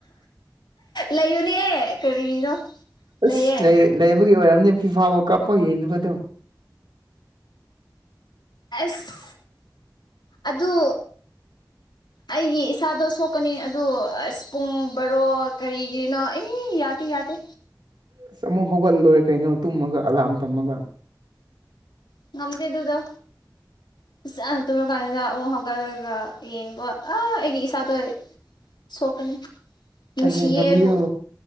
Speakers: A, on the left; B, on the right.
A: ꯂꯩꯌꯨꯅꯦ ꯀꯔꯤꯅꯣ
B: ꯑꯁ
A: ꯂꯩꯌꯦ
B: ꯂꯩ ꯂꯩꯕꯒꯤ ꯑꯣꯏꯔꯝꯅꯤ ꯐꯤꯐꯥ ꯋꯥꯔꯜ ꯀꯞꯐꯥꯎ ꯌꯦꯡꯗꯕꯗꯣ
A: ꯑꯁ ꯑꯗꯨ
B: <inaudible>
A: ꯑꯩꯒꯤ ꯏꯁꯥꯗꯣ ꯁꯣꯛꯀꯅꯤ ꯑꯗꯨ ꯑꯁ ꯄꯨꯡ ꯕꯔꯣ ꯀꯔꯤꯒꯤꯅꯣ ꯑꯦ ꯌꯥꯗꯦ ꯌꯥꯗꯦ
B: ꯑꯁ ꯑꯃꯨꯛ ꯍꯧꯒꯠꯂꯣꯏꯔꯦ ꯀꯩꯅꯣ ꯇꯨꯝꯃꯒ ꯑꯂꯥꯝ ꯊꯝꯃꯒ
A: ꯎ ꯉꯝꯗꯦ ꯑꯗꯨꯗꯣ ꯐꯆꯥꯅ ꯇꯨꯝꯨꯔ ꯀꯥꯟꯁꯤꯗ ꯑꯃꯨꯛ ꯍꯧꯒꯠꯂꯒ ꯌꯦꯡꯕꯥ ꯑꯥ ꯑꯩꯒꯤ ꯏꯁꯥꯗꯣ ꯁꯣꯛꯀꯅꯤ ꯅꯨꯡꯁꯤꯌꯦ
B: ꯑꯍꯦ ꯉꯝꯕꯤꯌꯨ
A: ꯑꯩꯕꯨ